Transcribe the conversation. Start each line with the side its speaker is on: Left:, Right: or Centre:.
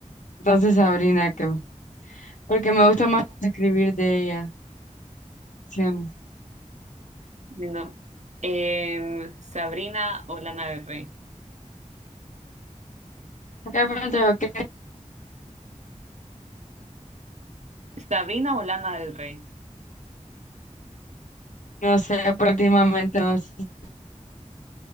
Left: entonces Sabrina creo. Porque me gusta más escribir de ella. canciones.
Right: No. Em, Sabrina o Lana del Rey.
Left: Carpenter, ok.
Right: Sabrina o Lana del Rey.
Left: No sé, pero últimamente no sé.